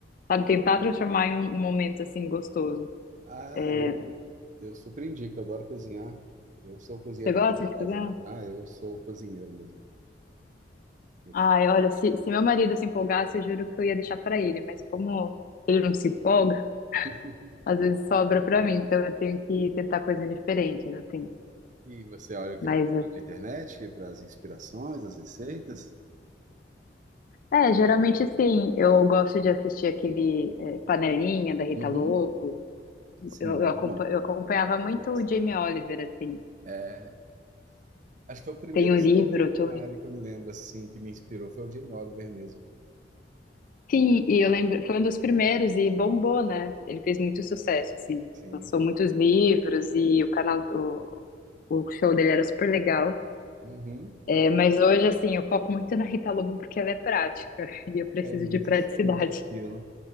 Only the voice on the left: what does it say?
sabe, tentar transformar em um, um momento, assim, gostoso.
É,
Você gosta
de cozinhar?
Ai, olha, se, se meu marido se empolgasse, eu juro que eu ia deixar pra ele, mas como ele não se empolga,
às vezes sobra pra mim, então eu tenho que tentar coisas diferentes, assim.
Mas,
é, é, geralmente sim, eu gosto de assistir aquele é, Panelinha da Rita
Lobo,
eu,
eu, acompa-
eu acompanhava muito
o Jamie Oliver, assim.
Tem um
livro,
tudo
Sim, e eu lembro, foi um dos primeiros e bombou, né? Ele fez muito sucesso, assim.
Lançou muitos livros e o canal, o, o show dele era super legal.
É, mas hoje, assim, eu foco muito na Rita Lobo porque ela é prática <laughs> e eu preciso
de praticidade.